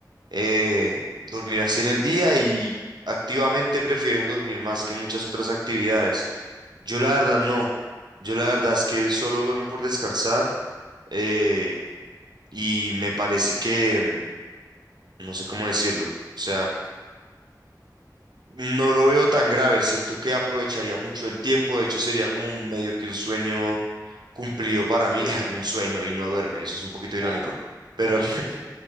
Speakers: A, on the right; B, on the left.
A: eh, dormir así en el día y activamente prefieren dormir más que muchas otras actividades. Yo la verdad no. Yo la verdad es que solo duermo por descansar eh, y me parece que, mm, no sé cómo decirlo, o sea, no lo veo tan grave. Siento que aprovecharía mucho el tiempo. De hecho, sería como un medio que un sueño cumplido para mí, <laughs> un sueño y no duerme. Eso es un poquito irónico.
B: <laughs>
A: Pero
B: O sea, es-